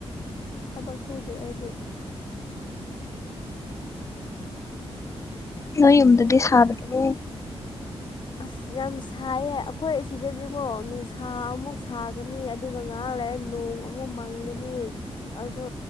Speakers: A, on the left (about 45°); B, on the left (about 30°).
A: ꯊꯕꯛ ꯁꯨꯗꯦ ꯑꯩꯗꯤ
B: ꯅꯣꯏ ꯌꯨꯝꯗꯗꯤ ꯁꯥꯗꯕ꯭ꯔꯣ
A: ꯑꯁ ꯌꯥꯝ ꯁꯥꯏꯌꯦ ꯑꯩꯈꯣꯏ ꯑꯁꯤꯗꯗꯤꯀꯣ ꯅꯨꯡꯁꯥ ꯑꯃꯨꯛ ꯁꯥꯒꯅꯤ ꯑꯗꯨꯒ ꯉꯥꯏꯍꯥꯛ ꯂꯩꯔꯥ ꯅꯣꯡ ꯑꯃꯨꯛ ꯃꯪꯒꯅꯤ ꯑꯗꯣ